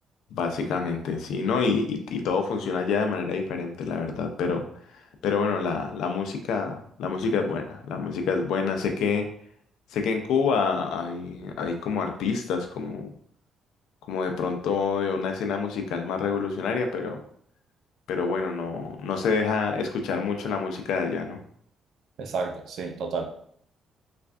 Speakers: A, on the left; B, on the right.
A: Básicamente, sí, ¿no? Y, y- y todo funciona ya de manera diferente, la verdad, pero, pero bueno, la, la música, la música es buena, la música es buena. Sé que, sé que en Cuba hay, hay como artistas, como, como de pronto de una escena musical más revolucionaria, pero, pero bueno, no, no se deja escuchar mucho la música de allá, ¿no?
B: Exacto, sí, total.